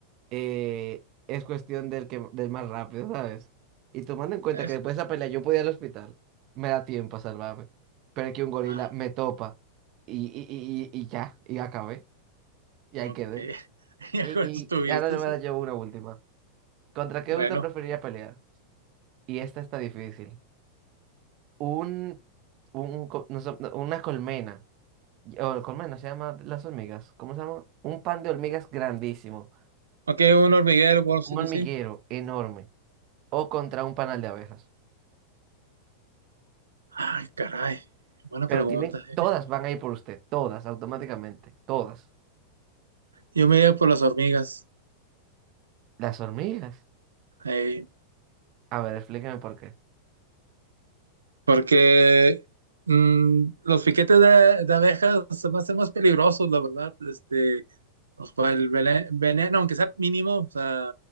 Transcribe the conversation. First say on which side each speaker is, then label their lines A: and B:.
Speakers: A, on the right; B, on the right.
A: eh, es cuestión del que, del más rápido, ¿sabes? Y tomando en cuenta
B: Eso.
A: que después de esa pelea yo podía ir al hospital, me da tiempo a salvarme. Pero es que un gorila
B: Ah.
A: me topa y, y, y, y y ya, y acabé, y ahí
B: Ok,
A: quedé.
B: <laughs> ya
A: Y,
B: con eso estuviste.
A: y, y ahora le voy a dar yo una última. ¿Contra qué
B: Bueno,
A: usted preferiría pelear? Y esta está difícil. un, un co- no sé, no, una colmena. O colmena se llama las hormigas. ¿Cómo se llama? Un pan de hormigas grandísimo.
B: ok, un hormiguero, por si
A: Un hormiguero
B: tú sí.
A: enorme. O contra un panal de abejas.
B: Ay, caray, buena
A: Pero
B: pregunta.
A: tienen,
B: eh.
A: todas van a ir por usted. Todas, automáticamente. Todas.
B: Yo me iba por las hormigas,
A: Las hormigas.
B: eh,
A: A ver, explíqueme por qué.
B: porque mm, los piquetes de, de abejas se me hacen más peligrosos, la verdad. Este, pues, por el vene- veneno, aunque sea mínimo, o sea,